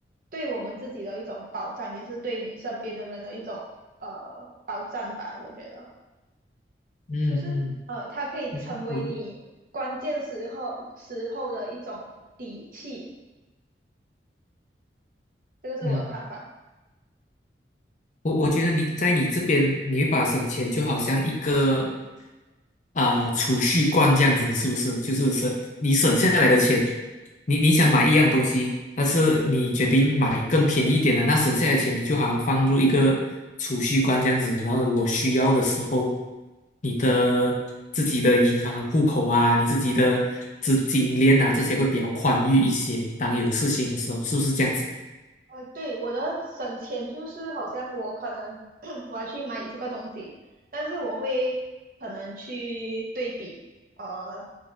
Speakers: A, on the right; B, on the left.
A: 对我们自己的一种保障，也是对你身边的人的一种呃保障吧。我觉得
B: 嗯嗯，
A: 就是呃它可以成为你关键时候时候的一种底气，
B: 我我
A: 这个是我的看法。
B: 嗯。我我觉得你在你这边，你会把省钱就好像一个啊、储蓄罐这样子，是不是？就是省你省下来的钱，你你想买一样东西，但是你决定买更便宜一点的，那省下来的钱你就好像放入一个储蓄罐这样子，然后如果需要的时候，你的自己的银行户口啊，你自己的资金链啊，这些会比较宽裕一些。当有事情的时候，是不是这样子？
A: 呃，对，我的省钱就是好像我可能 <clears throat> 我要去买这个东西，但是我会可能去对比呃